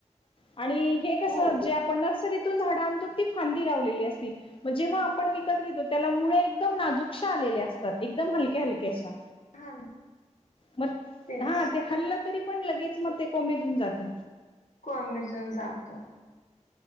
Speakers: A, on the left; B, on the left.
A: आणि हे कस
B: हो
A: जे आपण नर्सरीतून झाड आणतो. ती फांदी लावलेली असती. जेव्हा आपण विकत घेतो, त्याला मुळ्या एकदम नाजूकशा आलेल्या असतात. एकदम हलक्या हलक्याशा
B: हा
A: मग
B: तेच
A: हा ते हल्लं तरी पण लगेच मग ते कोमेजून जात.
B: कोमेजून जातो.